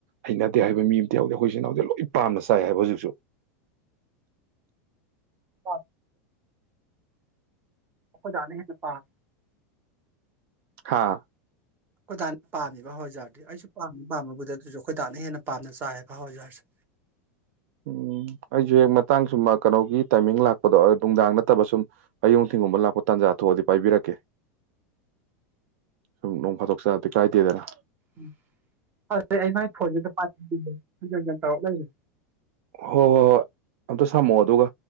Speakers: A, on the right (about 60°); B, on the right (about 25°).
A: ꯍꯩꯅꯗꯦ ꯍꯥꯏꯕ ꯃꯤ ꯑꯝꯇ ꯌꯥꯎꯗꯦ ꯑꯩ ꯁꯤꯅ ꯍꯧꯖꯤꯛ ꯂꯣꯏ ꯄꯥꯝꯅ ꯆꯥꯏ ꯍꯥꯏꯕ ꯍꯧꯖꯤꯛꯁꯨ
B: ꯑ ꯑꯣꯣꯏꯖꯗꯒꯦ ꯅꯦꯄꯥꯜ
A: ꯍꯥꯥ
B: ꯑꯩꯈꯣꯏꯗꯥꯥꯛꯅ ꯄꯥꯝꯃꯤꯕ ꯍꯋꯥꯏꯖꯥꯎꯔꯗꯤ ꯑꯩꯁꯨ ꯄꯥꯝꯃꯤꯕ ꯄꯥꯝꯃꯕꯨꯗ ꯑꯗꯨꯁꯨ ꯑꯩꯈꯣꯏꯗꯥꯥꯛꯅ ꯍꯦꯟꯅ ꯄꯥꯝꯅ ꯆꯥꯏꯕ ꯍꯋꯥꯏꯖꯥꯔꯁꯦ
A: ꯎꯝ ꯑꯩꯁꯨ ꯃ ꯍꯛꯇꯥꯡ ꯁꯨꯝꯕ ꯀꯩꯅꯣꯒꯤ ꯇꯥꯏꯃꯤꯡ ꯂꯥꯛꯄꯗꯣ ꯅꯨꯡꯗꯥꯡ ꯅꯠꯇꯕ ꯁꯨꯝ ꯍꯌꯣꯡ ꯊꯤꯡꯒꯨꯝꯕ ꯂꯥꯛꯄ ꯃꯇꯥꯟꯖꯥ ꯑꯊꯨꯑꯗꯤ ꯄꯥꯏꯕꯤꯔꯛꯀꯦ ꯁꯨꯝ ꯅꯣꯡ ꯐꯥꯗꯣꯛ ꯆꯥꯗꯤꯦ ꯀꯥꯏꯦ ꯦꯔꯥ
B: ꯎ ꯍ ꯑꯩꯉ ꯐꯖ ꯇ ꯂꯩꯦ
A: ꯍꯣ ꯍꯣ ꯍꯣ ꯑꯇ ꯁꯃꯨ ꯑꯗꯧꯒ